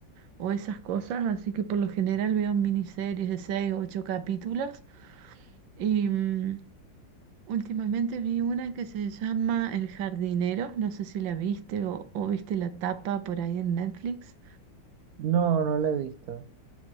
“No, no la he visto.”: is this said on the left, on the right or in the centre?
Right